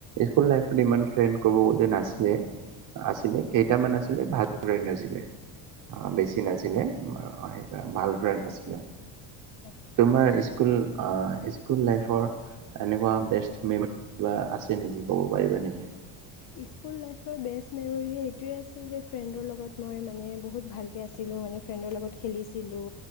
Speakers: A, on the right; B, on the left.
A: স্কুল লাইফত ইমান ফ্ৰেণ্ড ক'ব গ'লে নাছিলে। আছিলে কেইটামান আছিলে ভাল। ফ্ৰেণ্ড আছিলে। অ', বেছি নাছিলে। সেইকাৰণে ভাল ফ্ৰেণ্ড আছিলে।
B: হয়
A: তোমাৰ স্কুল অ', ইছ স্কুল লাইফৰ এনেকুৱা বেষ্ট মেমৰী কিবা আছে নেকি ক'ব পাৰিবা নেকি?
B: স্কুল লাইফৰ বেষ্ট মেমৰি এইটোৱে আছিল যে ফ্ৰেণ্ডৰ লগত মই মানে বহুত ভালকে আছিলোঁ মানে ফ্ৰেণ্ডৰ লগত খেলিছিলোঁ